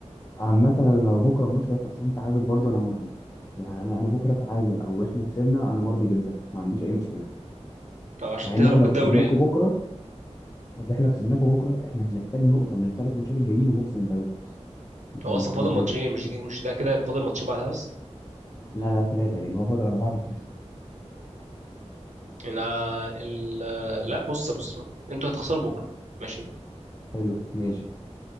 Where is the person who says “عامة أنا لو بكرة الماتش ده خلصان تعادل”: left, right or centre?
Left